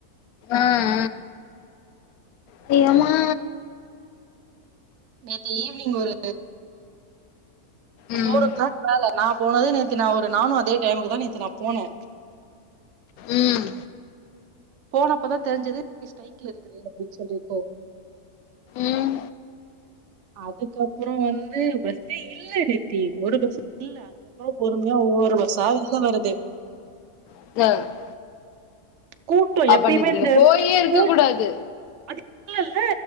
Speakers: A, on the left; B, on the right.
A: ஆஹ் செய்வோமா
B: நேத்து ஈவினிங் ஒரு
A: ம்
B: ஃபோர் ஓ கிளாக் மேல நா போனது நேத்தி நா ஒரு நானும் அதே டைமுக்கு தான் நேத்தி நா போனே
A: உம்
B: போனப்பதா தெரிஞ்சுது ஸ்டைகில இருக்குதுனு அப்டின்னு சொல்லிட்டு
A: ம்
B: அதுக்கப்புற வந்து பஸ்ஸே இல்ல நேத்தி ஒரு பஸ் இல்ல <unintelligible> பொறுமையா ஒவ்வொரு பாஸ்ஸா உள்ள வருது
A: <unintelligible>
B: கூட்டோ
A: அப்ப
B: எப்பய்மே
A: நேத்து
B: இந்து
A: நீங்க போயே
B: ஸ்கூல்
A: இருக்க கூடாது
B: அது இல்ல ல்ல